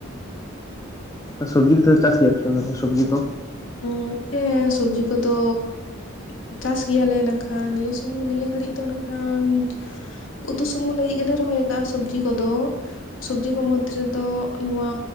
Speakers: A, on the left (about 15°); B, on the left (about 65°).
A: ᱟ ᱥᱩᱵᱽᱡᱤ ᱚᱱᱛᱮ ᱪᱟᱥ ᱜᱮᱭᱟ ᱯᱮ ᱥᱮ ᱵᱟ ᱥᱚᱵᱽᱡᱤ ᱠᱚ?
B: ᱜᱚᱝᱠᱮ ᱥᱚᱵᱽᱡᱤ ᱠᱚᱫᱚᱼᱼ ᱩᱸ ᱪᱟᱥ ᱜᱮᱭᱟ ᱞᱮ ᱱᱟᱠᱷᱟᱱ ᱱᱤᱭᱟᱹ ᱥᱩᱢᱩᱝ ᱱᱤᱭᱟᱹ ᱜᱷᱟᱹᱲᱤᱡ ᱫᱚ ᱱᱟᱠᱷᱟᱱᱼᱼ ᱩᱛᱩ ᱥᱩᱢᱩᱝ ᱞᱟᱹᱜᱤᱜ ᱜᱮᱞᱮ ᱨᱚᱦᱚᱭ ᱠᱟᱜ-ᱟ ᱥᱚᱵᱽᱡᱤ ᱠᱚᱫᱚ ᱥᱚᱵᱽᱡᱤ ᱠᱚ ᱢᱚᱫᱽᱫᱷᱮ ᱨᱮᱫᱚᱼᱼ ᱱᱚᱣᱟ